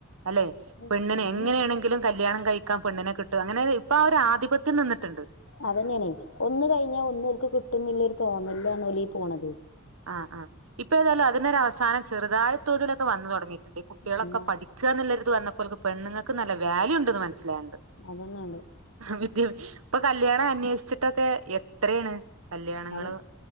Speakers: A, on the right; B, on the left.
A: അല്ലേ
B: ഉം
A: പെണ്ണ്നെ
B: അതന്നെ
A: എങ്ങനെയാണെങ്കിലും കല്യാണം കയ്ക്കാം പെണ്ണ്നെ കി ട്ടും അങ്ങനൊര് ഇപ്പാ ഒരാധിപത്യം നിന്ന്ട്ട്ണ്ട്
B: അതന്നെണെ ഒന്ന് കയ്ഞ്ഞാ ഒന്നോൽക്ക് കിട്ടുന്നില്ലൊര് തോന്നല്ലാണ് ഓലീ പോണത്
A: ആഹ് അഹ് ഇപ്പെ ഏതായാലു അതിനൊരവസാനം ചെറ്തായ തോതിലൊക് വന്ന് തൊടങ്ങീട്ട്ണ്ട് ഈ കുട്ടികളെക്ക
B: എന്നാ
A: പഠി ക്കാന്നില്ലൊര്ത് വന്നപ്പൊ ഓൽക്ക് പെണ്ണ്ങ്ങക്ക് നല്ല വ്യാല്യു ഇണ്ട്ന്ന് മനസ്സ്ലാണ്ട്
B: അതന്നെണ്ട്
A: വിദ്യെ ഇപ്പൊ കല്യാണം അന്വേഷിച്ചിട്ടൊക്കെ എത്രേണ് കല്യാണങ്ങള്
B: അത